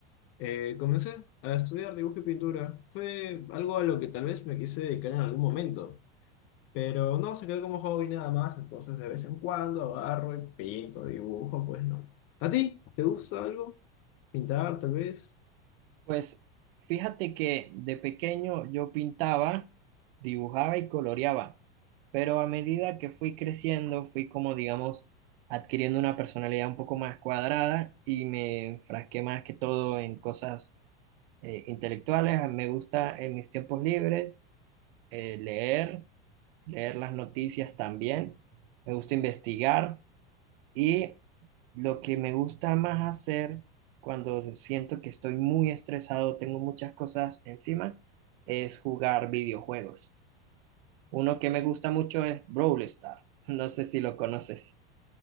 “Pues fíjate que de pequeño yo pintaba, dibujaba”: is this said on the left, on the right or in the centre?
Right